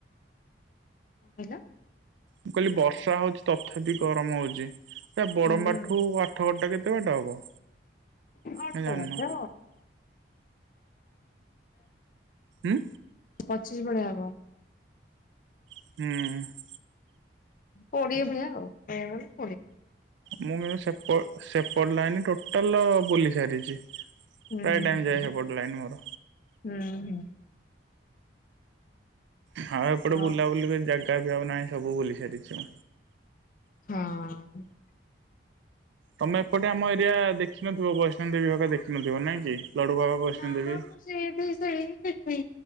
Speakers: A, on the left; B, on the right.
A: <inaudible>
B: ମୁଁ କହିଲି ବର୍ଷା ହଉଚି ତଥାପି ଗରମ ହଉଚି। ଏଟା ବଡମ୍ବା
A: ହୁଁ
B: ଠୁ ଆଠଗଡ଼ ଟା କେତେ ବାଟ ହବ?
A: ଅଳ୍ପ
B: ନା ଜାଣିନ
A: ବାଟ ଅ।
B: ଉଁ
A: ପଚିଶ ଭଳିଆ ହବ।
B: ହୁଁ।
A: କୋଡିଏ ଭଳିଆ ଆଉ। କହିବାକୁ ଗଲେ ଆଉ
B: ମୁଁ କିନ୍ତୁ ସେ ସେପଟ ଲାଇନି ଟୋଟାଲ ବୁଲି ସାରିଛି।
A: ହୁଁ
B: ପ୍ରାୟ ଟାଇମ
A: ହୁଁ
B: ଯାଏ ସେପଟ ଲାଇନ ମୋର
A: ହୁଁ ହୁଁ।
B: ହଁ ଏପଟେ
A: ତ
B: ବୁଲାବୁଲି ପାଇଁ ଜାଗା ବିି ଆଉ ନାହିଁ ସବୁ ବୁଲି ସାରିଚି।
A: ହଁ।
B: ତମେ ଏପଟେ ଆମ ଏରିଆ ଦେଖିନଥିବ ବୈଷ୍ଣବ ଦେବୀ ଭକା ଦେଖିନଥିବ ନାଇଁ କି? ଲଡୁ ବାବା ବୈଷ୍ଣବ
A: ନାବା
B: ଦେବୀ।
A: ମୁଁ। ଏଠି ବି ସେଇ ଦେଖିବି।